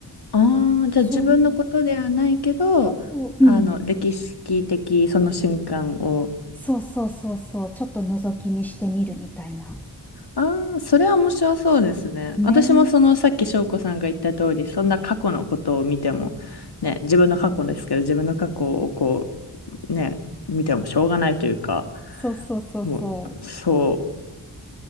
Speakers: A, on the left; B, in the centre.
A: ああ、じゃあ自分のことではないけど、
B: そう、と、うん。
A: あの、歴史的その瞬間を
B: そうそうそうそう、ちょっと覗き見してみるみたいな。
A: ああ、それは面白そうですね。
B: ねえ。
A: 私もそのさっき翔子さんが言った通り、そんな過去のことを見ても、ね、自分の過去ですけど、自分の過去をこう、ね、見てもしょうがないというか、
B: そうそうそうそ
A: もう、そ